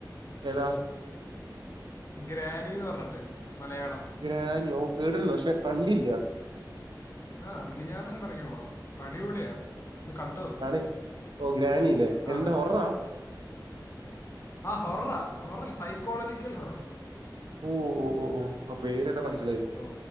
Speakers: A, on the right; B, on the left.
A: ഏതാ
B: ഗ്രാനിന്ന് പറഞ്ഞിട്ട് മലയാളം
A: ഗ്രാനിയോ ഓ കേട്ടിണ്ട് പക്ഷെ കണ്ടില്ല്യ
B: ആ മിനിഞ്ഞാന്ന് എങ്ങാണ്ട് എറങ്ങിയോള്ളോ അടിപൊളിയാ ഒന്ന് കണ്ടു നോക്ക്
A: ആണോ ഓ ഗ്രാനില്ലേ എന്താ
B: അതെ
A: ഹൊററാ
B: ആ ഹൊററാ ഹൊറൽ സൈക്കോളജിക്കൽ ഹൊറർ
A: ഓ ഓ ഓ ഓ ആ പേര് കേട്ടപ്പൊ മനസ്സിലായി
B: ഓ